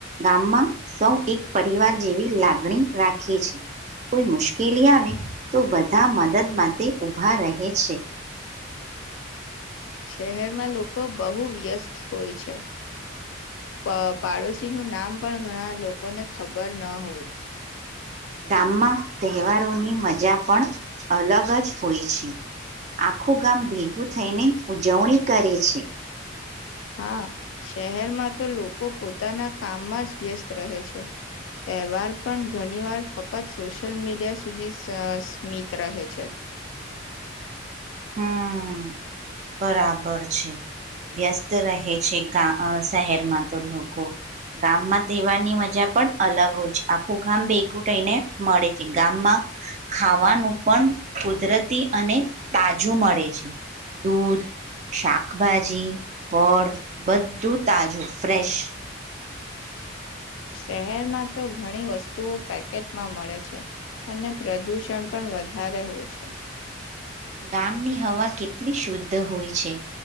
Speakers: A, on the right; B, on the left.
A: ગામમાં સૌ એક પરિવાર જેવી લાગણી રાખે છે, કોઈ મુશ્કેલી આવે તો બધા મદદ માટે ઊભા રહે છે.
B: શહેરમાં લોકો લોકો બહુ વ્યસ્ત હોય છે, પાડોશી નું નામ પણ ઘણા લોકોને ખબર ન હોય.
A: ગામમાં તહેવારોની મજા પણ અલગ જ હોય છે, આખું ગામ ભેગું થઈને ઉજવણી કરે છે.
B: હા, શહેરમાં તો લોકો પોતાના કામમાં જ વ્યસ્ત રહે છે, તહેવાર પણ ઘણી વાર ફક્ત સોશિયલ મીડિયા સુધી સ્મિત રહે છે.
A: હમ બરાબર છે વ્યસ્ત રહે છે, શહેરમાં તો લોકો, ગામમાં તહેવારની મજા પણ અલગ હોય છે આખું ગામ ભેગું થઈને મળે છે ગામમાં, ખાવાનું પણ કુદરતી અને તાજું મળે છે, દૂધ, શાકભાજી, ફળ બધું તાજું ફ્રેશ.
B: શહેરમાં તો ઘણી વસ્તુઓ પેકેટમાં મળે છે, અને પ્રદૂષણ પણ વધારે હોય છે.
A: ગામની હવા કેટલી શુદ્ધ હોય છે,